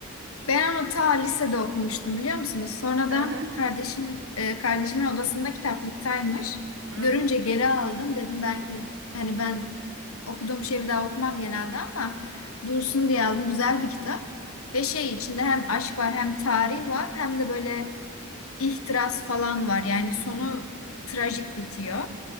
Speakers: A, on the left; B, on the right.
A: Ben onu ta lisede okumuştum biliyor musunuz? Sonradan
B: Hı hı.
A: kardeşim e, kardeşimin odasında kitaplıktaymış.
B: Hı
A: Görünce
B: hı.
A: geri aldım. Dedim belki hani ben okuduğum şeyi bir daha okumam genelde ama dursun diye aldım. Güzel bir kitap. Ve şey içinde hem aşk var hem tarih var hem de böyle ihtiras falan var. Yani sonu trajik bitiyor.